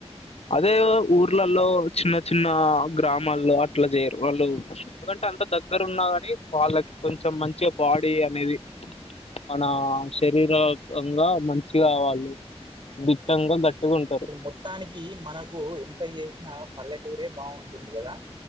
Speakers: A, on the left (about 65°); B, on the right (about 45°).
A: అదే ఊర్లల్లో చిన్న చిన్ న్న గ్రామాల్లో అట్లా చేయరు వాళ్ళు ఎందుకంటే అంత దగ్గర ఉన్నా కాని వాళ్ళకి కొంచెం మంచిగ బాడీ అనేది మన శరీరకంగా మంచిగా వాళ్ళు దిట్టంగా గట్టిగా ఉంటారు
B: ఇప్పుడు మొత్తానికి మనకు ఎంత చే నా పల్లెటూరే బాగుంటుంది గదా